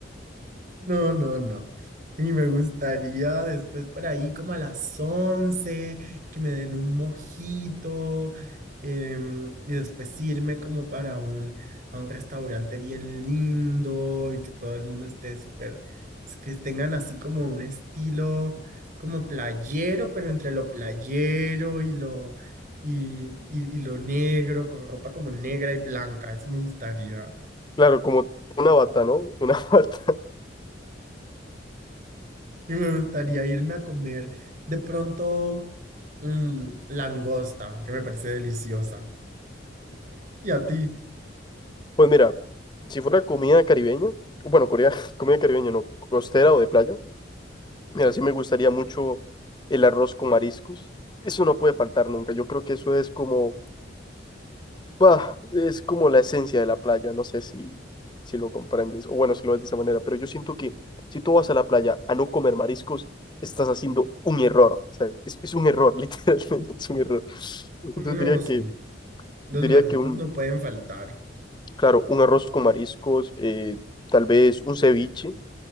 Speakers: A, on the right (about 50°); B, on the left (about 25°).
A: No, no, no. Y me gustaría después por ahí como a las 11 que me den un mojito em, y después irme como para un, a un restaurante bien lindo y que todo el mundo esté súper, s- que tengan así como un estilo como playero, pero entre lo playero y lo, y, y, y lo negro, con ropa como negra y blanca. Eso me gustaría.
B: claro, como una bata, ¿no? Una <laughs> bata.
A: Y me gustaría irme a comer de pronto mm, langosta, que me parece deliciosa. ¿Y a ti?
B: Pues mira, si fuera comida caribeña, bueno, Corea, <laughs> comida caribeña no, costera o de playa. Mira, sí me gustaría mucho el arroz con mariscos. Eso no puede faltar nunca. Yo creo que eso es como, bah, es como la esencia de la playa. No sé si, si lo comprendes o bueno, si lo ves de esa manera, pero yo siento que si tú vas a la playa a no comer mariscos, estás haciendo un error. O sea, es, es un error, <laughs> literalmente es un error. Entonces
A: No,
B: diría
A: sí.
B: que,
A: Los
B: diría
A: mariscos
B: que un,
A: no pueden faltar.
B: claro, un arroz con mariscos, eh, tal vez un ceviche,